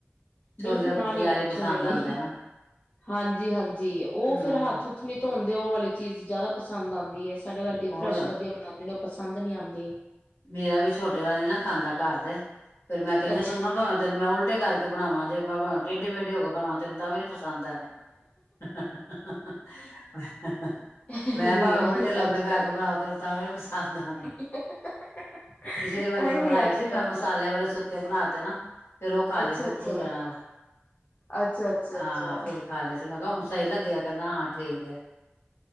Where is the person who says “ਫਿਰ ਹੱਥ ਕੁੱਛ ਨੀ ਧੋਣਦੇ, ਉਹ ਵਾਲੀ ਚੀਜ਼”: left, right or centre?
Left